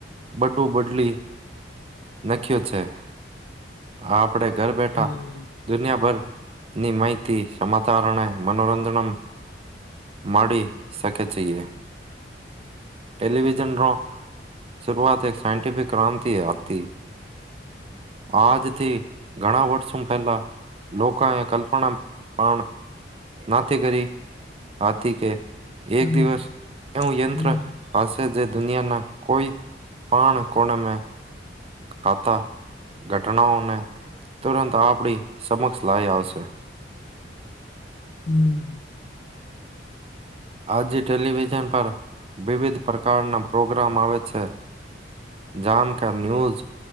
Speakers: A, on the right; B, on the left.
A: બડું બદલી નાખ્યો છે આપ. આપડે ઘર બેઠા
B: હમ
A: દુનિયાભર. ની માહિતી સમાચારણે મનોરંજન મળી શકે છીએ. ટેેલીવીજન રો. શરૂઆત એક સાયન્ટિફિક ક્રાંતિ આતિ. આદતે. ઘણા વર્ષો પહેલા લોકો એ કલ્પના પણ નથી કરી હતી કે.
B: હમ
A: એક દિવસ એવું યંત્ર.
B: હમ હમ
A: હાસ્ય જે દુનિયાના કોઈ પણ કોણ મે. ખાતા ઘટનાઓને તુરંત આપણી સમક્ષ લાઇ આવશે.
B: હમ્મ
A: આજે ટેલિવિઝન પર વિવિધ પ્રકારના પ્રોગ્રામ આવે છે જામ કે. કર ન્યૂઝ